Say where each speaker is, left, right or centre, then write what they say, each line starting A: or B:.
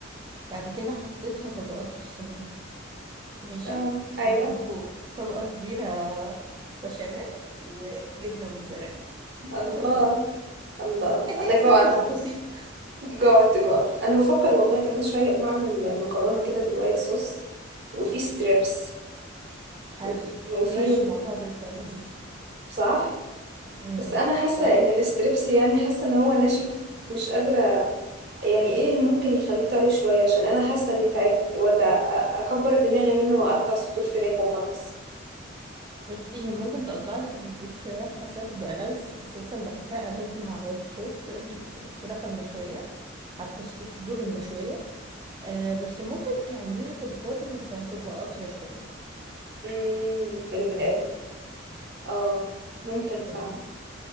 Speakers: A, on the right; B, on the right.
A: بعد كده حطيتها طبقات في الصينية ماشي
B: اه
A: ومن
B: ايوه
A: فوق طبقة كبيرة بشاميل وجبنة موتزاريلا
B: الله
A: وفي الفرن
B: الله الله،
A: إيه، هي
B: انا جوعت
A: سهلة بسيطة
B: جاد جاد انا بفكر والله كمان شويه اقوم اعمل مكرونه كده بالوايت صوص وفي ستريبس
A: حلو
B: وف- وفي
A: يمشي مع بعض تبقى لذيذة
B: صح
A: امم
B: بس انا حاسه
A: طب
B: ان الستريبس يعني حاسه ان هو ناشف مش قادره يعني ايه ممكن يخليه طري شويه عشان انا حاسه اني تعبت ولا أ- اكبر دماغي منه واقطع صدور فراخ وخلاص
A: بصي ممكن تقطعي صدور فراخ حاساها تبقى ألذ أساسا بحسها ألذ مع الوايت صوص الفراخ المشوية حتى الص- الصدور المشوية آه بس ممكن تعمليها في الفرن فهتبقى قطرة شوية
B: امم ال
A: من الزيت
B: ال- اه ممكن فعلا
A: فاهمة